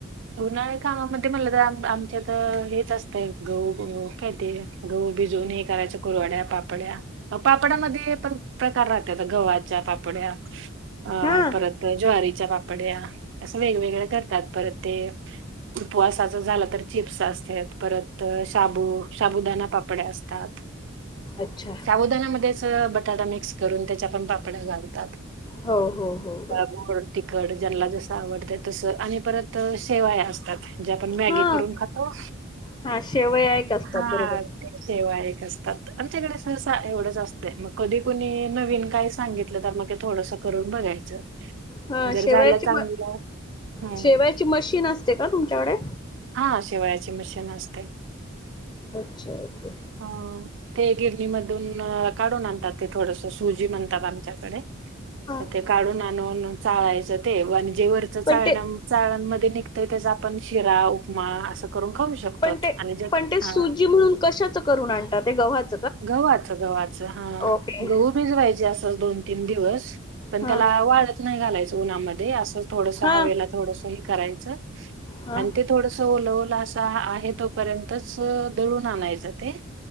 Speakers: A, on the right; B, on the left.
A: उन्हाळी कामामध्ये म्हटल म तर आमच्यात हेच असतय गहू गहू काय ते गहू भिजवून हे करायच कुरवड्या पापड्या पापड्यामध्ये पण प्रकार राहतात गव्हाच्या पापड्या अ
B: हा
A: परत ज्वारीच्या पापड्या अस वेगवेगळ्या करतात परत ते उपवासच झाल तर चिप्स असत्यात परत शाबू शाबू उदाना पापड्या असतात
B: अच्छा
A: शाबुदाण्यामध्येच बटाटा मिक्स करून त्याच्या पण पापडया घालतात
B: हो हो हो
A: गोड तिखट ज्याला जस आवडत तस आणि परत तर शेवया असतात जे आपण मॅगी
B: हा
A: करून खातो
B: हा शेवया एक असतात
A: हा
B: बरोबर
A: तेव्हा एक असतात आमच्याकडे सहसा एवढच असतय मग कधी कुणी नवीन काय सांगित तर मग थोडस करून बघायच
B: हा
A: जर
B: शेवयाची
A: झाल चांगल
B: म
A: ह
B: शेवयाची मशीन असत ते का तुमच्याकडे
A: हा शेवळ्याची मशीन असते
B: अच्छा ओके
A: ह ते गिरणीमधून काढून आणतात ते थोडस सुजी म्हणतात आमच्याकडे
B: हा
A: तर ते काढून आणून चाळायच ते महनजे वरच चाळण
B: पण ते
A: चालणमध्ये निघतय त्याच आपण शिरा उपमा अस करून खाऊ शकतो
B: पण ते
A: आणि जे
B: पण ते सुजी
A: हा
B: म्हणून कशाच करून आणतात ते गव्हाच
A: गव्हाच गव्हाच हा
B: ओके
A: गहू भिंजवायचे असल दोन -तीन दिवस पण
B: हां
A: त्याला वाळत नाही घालायच उन्हामध्ये असच थोडस
B: हां
A: हवेला थोडस हे करायच आणि
B: हां
A: ते थोडस ओलओल अस आहे तोपर्यंतच दळून आणायच ते